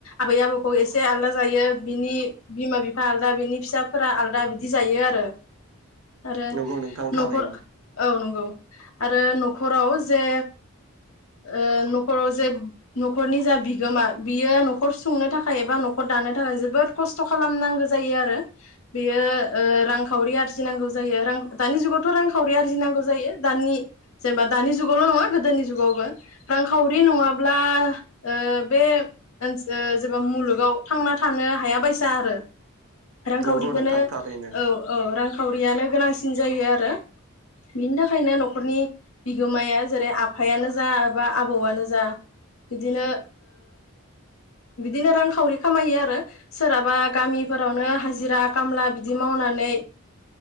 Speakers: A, on the left; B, on the right.
A: आबै आबौखौ एसे जायो बिनि बिमा आलदा बिनि फिसाफोरा आलदा बिदि जायो आरो। आरो
B: नंगौ नोंथां थारैनो
A: नखर औ न आरो नखराव जे ओ न'खराव जे न'खरनि जा बिगोमा बियो न'खर सुंनो थाखाय एबा न'खर दानो थाखाय जोबोद खस्थ' खालामनांगौ जायो आरो बेयो ओ रांखावरि आरजिनांगौ जायो रां दानि जुगावथ' रांखावरि आरजिनांगौ जायो दानि जेनेबा दानि जुगावल' नङा। गोदोनि जुगावबो। रांखावरि नङाब्ला ब्ला ओ बे ओनसोल जेब्ला मुलुगाव थांना थानो हायाबायसा आरो। रांखावरिखौनो
B: नंगौ नोंथां थारैनो
A: औ औ रां खावरियानो गोनांसिन जायो आरो। बिनि थाखायनो न'खरनि बिगोमाया जेरै आफायानो। जा एबा आबौआनो जा बिदिनो बिदिनो रांखावरि खामायो आरो सोरहाबा गामिफोरावनो हाजिरा खामला बिदि मावनानै